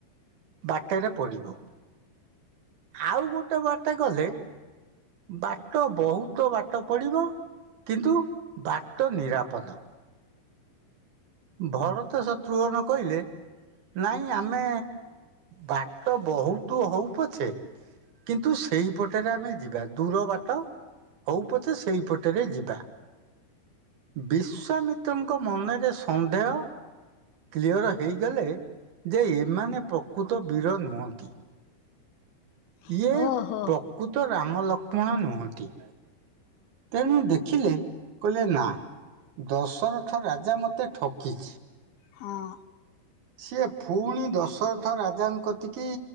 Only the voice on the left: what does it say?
ଓହୋ।
ହଁ।
ହଁ।